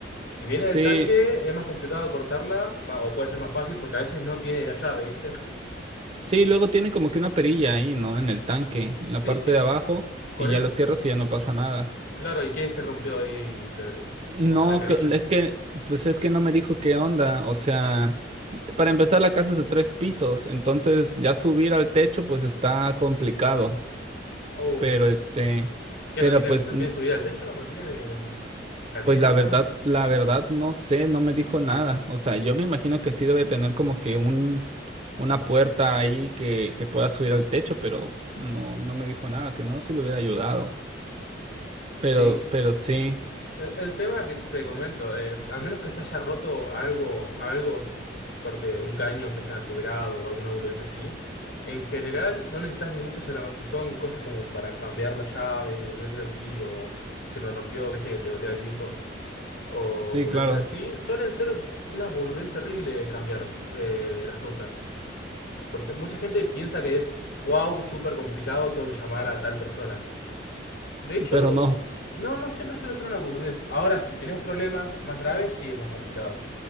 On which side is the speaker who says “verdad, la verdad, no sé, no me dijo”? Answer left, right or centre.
Right